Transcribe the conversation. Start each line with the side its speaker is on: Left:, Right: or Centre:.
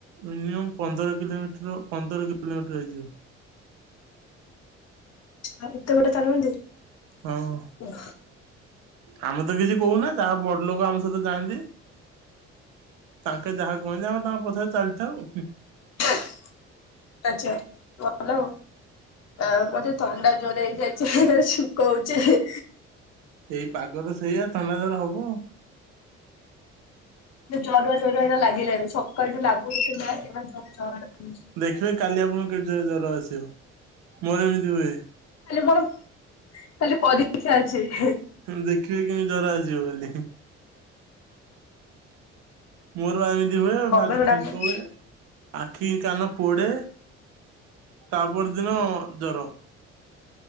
Right: ମିନିମମ୍ ପନ୍ଦର କିଲୋମିଟର, ପନ୍ଦର କିଲୋମିଟର ହେଇଯିବ।
Left: ଆଉରି ଏତେ ବାଟ ଚାଲନ୍ତି
Right: ହଁ
Left: <inaudible> ଓ
Right: ଆମେ ତ କିଛି କହୁନା ଯାହା ବଡ ଲୋକ ଆମ ସହିତ ଯାଆନ୍ତି। ତାଙ୍କେ ଯାହା କୁହନ୍ତି ଆମେ ତାଙ୍କ ପଛରେ ଚାଲିଥାଉ।
Left: <inaudible> ଆ ମୋତେ ଥଣ୍ଡା ଜୋର ହେଇଯାଇଛି। ଖାଲି ଛିଙ୍କ ହୋଉଛି।
Right: ଏଇ ପାଗ ତ ସେଇଆ ଥଣ୍ଡା ଜର ହବ।
Left: ନା ଜରୁଆ ଜରୁଆ ଏଇନା ଲାଗିଲାଣିି ସକାଳଠୁ ଲାଗୁନଥିଲା। ଏଇଖୁଁଣା ଜରୁଆ ଜରୁଆ ଲାଗିଲାଣି।
Right: ଦେଖିବେ କାଲି ଆପଣଙ୍କୁ କେତେ ଜୋର ଜର ଆସିବ। ମୋର ଏମିତି ହୁଏ।
Left: କାଲି ମୋର କାଲି ପରୀକ୍ଷା ଅଛି। ହିଁ,
Right: ଦେଖିବେ କେମିତି ଜର ଆସିବ କାଲି। ମୋର ବା ଏମିତି ହୁଏ।
Left: ମଙ୍ଗଳ
Right: ଫାଷ୍ଟ
Left: ଡାକୁଚି
Right: ଛିଙ୍କ ହୁଏ। ଆଖି କାନ ପୋଡେ ତାପର୍ ଦିନ ଜର।